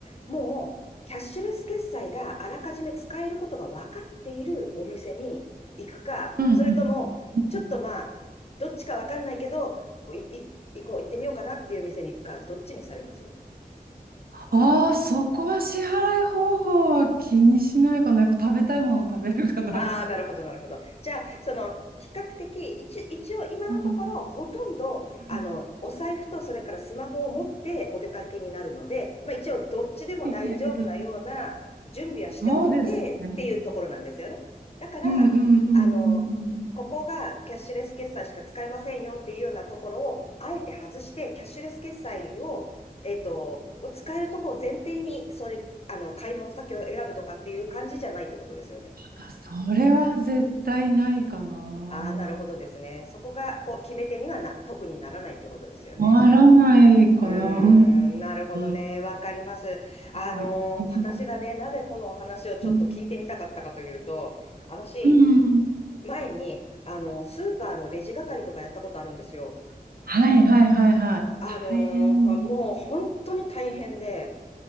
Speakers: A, on the left (about 40°); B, on the right (about 75°).
A: もキャッシュレス決済があらかじめ使えることが分かっているお店に行くか、
B: うんうん。
A: それとも、
B: うん
A: ちょっとまあ、どっちか分かんないけど、い、い、行こう、行ってみようかなっていう店に行くか、どっちにされます
B: ああ、そこは支払い方法は気にしないかな。やっぱ食べたいもの食べるかな。
A: ああ、なるほど、なるほど。じゃあ、その、比較的、一、一応今のところ、
B: うん。
A: ほとんど、あの、
B: うん。
A: お財布と、それからスマホを持ってお出かけになるので、まあ一応、どっちでも大丈夫なような準備はしておいてっていうところなんですよね。
B: ええええええ。そうですね。
A: だから、
B: うんうんうんうんうんうん。
A: あの、ここがキャッシュレス決済しか使えませんよっていうようなところを、あえて外して、キャッシュレス決済を、えっと、を使えるところを前提に、そういう、あの、買い物先を選ぶとかっていう感じじゃないってことですよね。
B: あ、それは絶対ないかな。
A: ああ、なるほどですね。そこがポ決め手にはな、特にならないということですよね。
B: 回らないかな。
A: うーん、
B: う
A: なるほどね。
B: ん。
A: わかります。あのー私がね、
B: はい現金。
A: なぜこのお話をちょっと聞いてみたかったかというと、
B: うん。
A: 私、
B: うん
A: 前に、あの、スーパーのレジ係とかやったことあるんですよ。
B: はいはいはいはい。
A: あのーまあもう本当に大変で、
B: 大変。